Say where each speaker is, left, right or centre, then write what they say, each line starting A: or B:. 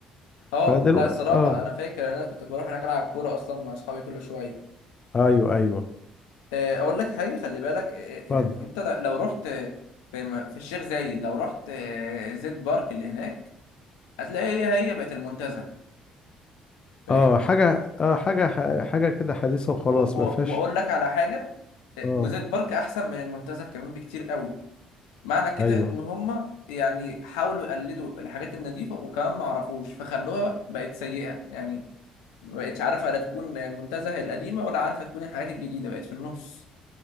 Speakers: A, on the left (about 80°); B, on the left (about 35°).
A: اه
B: فدلوقتي
A: لا الصراحه
B: اه
A: انا فاكر ان انا كنت بروح هناك العب كوره اصلا مع اصحابي كل شويه
B: ايوه ايوه
A: آه، اقول لك حاجه خلي بالك آه، آه،
B: اتفضل
A: يعني انت ل- لو رحت آه، في م- في الشيخ زايد لو رحت آه، زيت بارك اللي هناك هتلاقي هي هي بقت المنتزه فاهم
B: اه حاجه اه حاجه ح- حاجه كده حديثه وخلاص
A: و- و-
B: ما فيهاش
A: واقول لك على حاجه
B: اه
A: وزيت بارك احسن من المنتزه كمان بكتير قوي معنى كده
B: ايوه
A: ان هم يعني حاولوا يقلدوا الحاجات النظيفه وكمان ما عرفوش فخلوها بقت سيئه يعني ما بقتش عارفه لا تكون منتزه القديمه ولا عارفه تكون الحاجات الجديده بقت في النص